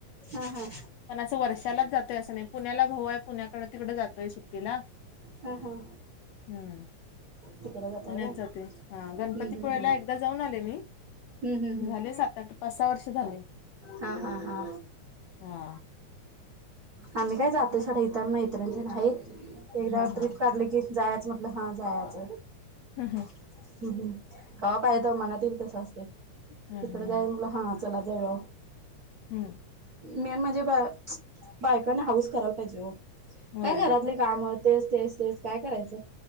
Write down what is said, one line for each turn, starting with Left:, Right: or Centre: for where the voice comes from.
Right: हा हा
Left: पण असं वर्षालाच जातोय असं नाय पुण्याला भाऊ हाय पुण्याकडं तिकडे जातोय सुट्टीला
Right: हा हा
Left: हूं
Right: तिकडं जाताय
Left: पुण्यात
Right: व्हय
Left: जातोय हा
Right: हम्म
Left: गणपतीपुळयाला
Right: हम्म हम्म.
Left: एकदा जाऊन आले मी
Right: हम्म हम्म
Left: पण
Right: हम्म
Left: झाले सात आठ पाच सहा वर्ष झाले.
Right: हा हा हा
Left: हा
Right: आम्ही काय जातोय सोडा इथं मैत्रिण तेन हाईत एकदा
Left: हा
Right: ट्रिप
Left: हा.
Right: काढली की जायाचं म्हटलं हा जायाच
Left: ह ह
Right: हम्म हम्म कवा पाय तवा मनात येईल तसं असतय तिकडे
Left: हं, हं,
Right: जावूया
Left: हं.
Right: म्हटलं हा चला जाऊया
Left: हम्म
Right: मेन म्हणजे ब बायकांनी हौस करायला पाहिजे हो
Left: होय.
Right: काय घरातली काम तेच तेच तेच काय करायचं.